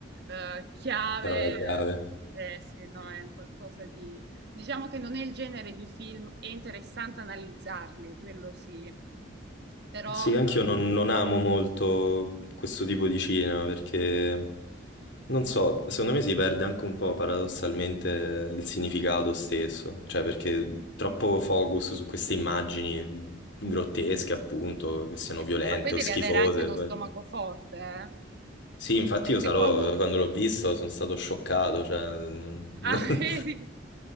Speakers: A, on the right; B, on the left.
A: eh, chiave.
B: Parola chiave.
A: la- Eh, sì, no, è un qualcosa di... Diciamo che non è il genere di film, è interessante analizzarli, quello sì. Però,
B: Sì, anch'io
A: eh,
B: non, non amo molto questo tipo di cinema perché, non so, secondo me si perde anche un po' paradossalmente il significato stesso, cioè perché troppo focus su queste immagini grottesche, appunto, che siano
A: eh,
B: violente
A: ma poi devi
B: o schifose.
A: avere anche uno
B: poi-
A: stomaco forte, eh.
B: Sì, infatti
A: Cioè,
B: io
A: secondo
B: Salò, quando l'ho visto, sono stato scioccato, cioè... <laughs>
A: Ah, <laughs> vedi?